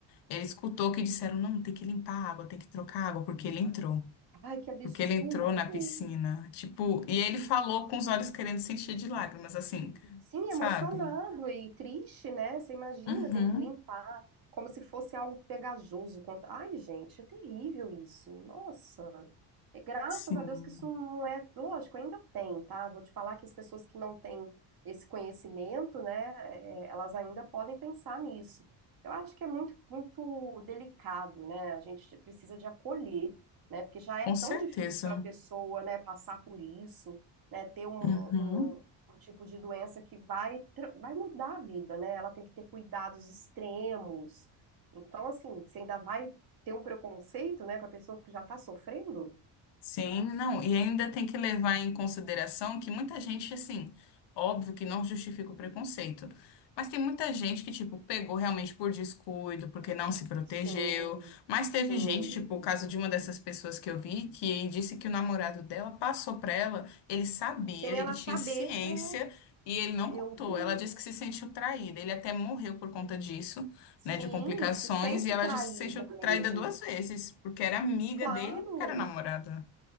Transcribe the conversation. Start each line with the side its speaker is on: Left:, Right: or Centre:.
Left: Ele escutou que disseram, não, tem que limpar a água, tem que trocar a água, porque ele entrou.
Right: Ai, que absurdo!
Left: Porque ele entrou na piscina. Tipo, e ele falou com os olhos querendo se encher de lágrimas, assim,
Right: Sim,
Left: sabe?
Right: emocionado e triste, né? Você imagina,
Left: Uhum,
Right: tem que limpar, como se fosse algo pegajoso. contra- Ai, gente, é terrível isso. Nossa. E graças
Left: sim,
Right: a Deus que isso não é. Lógico, ainda tem, tá? Vou te falar que as pessoas que não têm esse conhecimento, né, é, elas ainda podem pensar nisso. Eu acho que é muito, muito delicado, né? A gente precisa de acolher, né? Porque já é
Left: com
Right: tão
Left: certeza.
Right: difícil para a pessoa, né, passar por isso né, ter um,
Left: Uhum.
Right: um- um um tipo de doença que vai, tra- vai mudar a vida, né? Ela tem que ter cuidados extremos. Então, assim, você ainda vai ter um preconceito, né, com a pessoa que já tá sofrendo?
Left: Sim, não, e ainda tem que levar em consideração que muita gente, assim, óbvio que não justifica o preconceito, mas tem muita gente que, tipo, pegou realmente por descuido, porque não se protegeu,
Right: Sim,
Left: mas teve
Right: sim.
Left: gente, tipo, o caso de uma dessas pessoas que eu vi, que disse que o namorado dela passou pra ela, ele sabia,
Right: Sem
Left: ele
Right: ela
Left: tinha
Right: saber.
Left: ciência
Right: É,
Left: e ele não
Right: meu
Left: contou.
Right: Deus.
Left: Ela disse que se sentiu traída, ele até morreu por conta disso,
Right: Sim,
Left: né, de complicações,
Right: e se sente
Left: e ela
Right: traída
Left: disse que se sentiu traída
Right: mesmo.
Left: duas vezes, porque era amiga
Right: Claro.
Left: dele e porque era namorada.